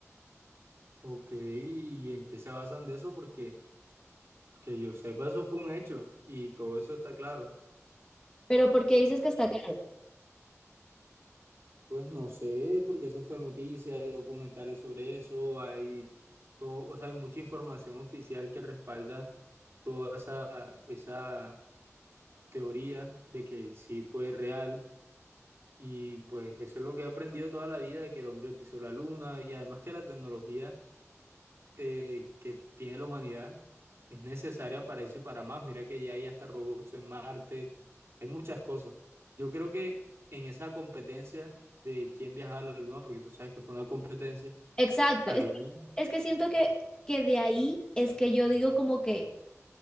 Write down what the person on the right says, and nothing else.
Ok, ¿y en qué se basan de eso? Porque que yo sepa, eso fue un hecho y todo eso está claro.
Pues no sé, porque eso fue noticia, hay documentales sobre eso, hay todo, o sea, hay mucha información oficial que respalda toda esa, esa teoría de que sí fue real. Y pues eso es lo que he aprendido toda la vida, de que el hombre pisó la luna y además que la tecnología eh, que tiene la humanidad es necesaria para eso y para más. Mira que ya hay hasta robots en Marte, hay muchas cosas. Yo creo que en esa competencia de quién viajaba a la Luna, porque tú sabes que fue una competencia,
ahí,